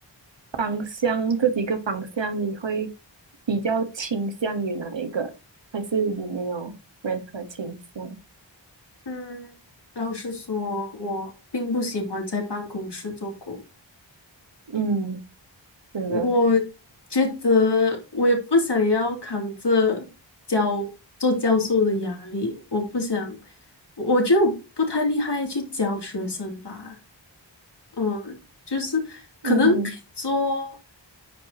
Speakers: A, on the right (about 70°); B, on the left (about 60°).
A: 方向，这几个方向，你会比较倾向于哪一个？还是你没有任何倾向？
B: 嗯，老实说，我并不喜欢在办公室做工。
A: 嗯，真的，
B: 我觉得我也不想要扛着教做教授的压力，我不想，我就不太厉害去教学生吧。嗯，就是可能可以做，
A: 嗯哼